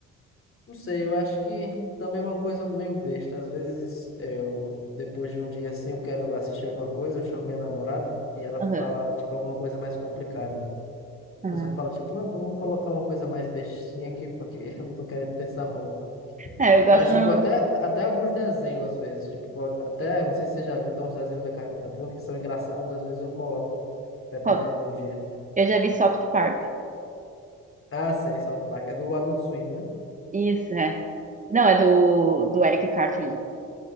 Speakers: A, on the left; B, on the right.
A: Não sei, eu acho que também é uma coisa meio besta. Às vezes eu, depois de um dia assim, eu quero assistir alguma coisa, eu chamo minha namorada e ela fala,
B: Aham.
A: tipo, alguma coisa mais complicada.
B: Aham.
A: Eu só falo, tipo, não, vamos colocar uma coisa mais bestinha aqui, porque <laughs> eu não tô querendo pensar muito.
B: É, eu gosto
A: Mas, tipo,
B: normalmente.
A: até, até alguns desenhos, às vezes, tipo, até, não sei se você já viu, tem uns desenhos da Cartoon Network que são engraçados, às vezes eu coloco, dependendo
B: qual?
A: do dia.
B: Eu já vi South Park.
A: Ah, sei, South Park, é do Adult Swim, né?
B: Isso, é. Não, é do, do Eric Cartman,